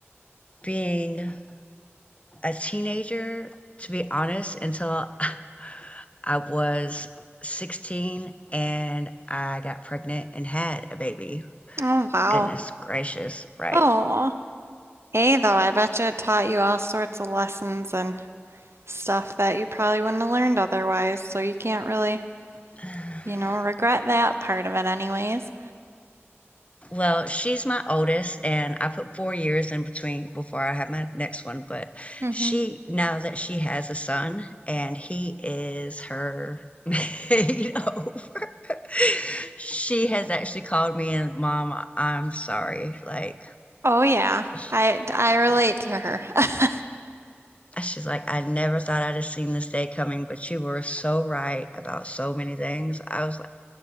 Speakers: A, on the left (about 30°); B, on the right (about 70°).
A: being a teenager, to be honest, until <laughs> I was 16 and I got pregnant and had a baby.
B: Oh, wow.
A: Goodness gracious, right.
B: Oh, hey, though, I bet you it taught you all sorts of lessons and stuff that you probably wouldn't have learned otherwise. So you can't really.
A: <sighs>
B: you know, regret that part of it anyways.
A: Well, she's my oldest, and I put four years in between before I had my next one. But
B: hmm
A: she, now that she has a son and he is her, <laughs> you know, <laughs> she has actually called me and, Mom, I'm sorry. Like,
B: Oh yeah.
A: she,
B: I I relate
A: she,
B: to her. <laughs>
A: She's like, I never thought I'd have seen this day coming, but you were so right about so many things. I was like,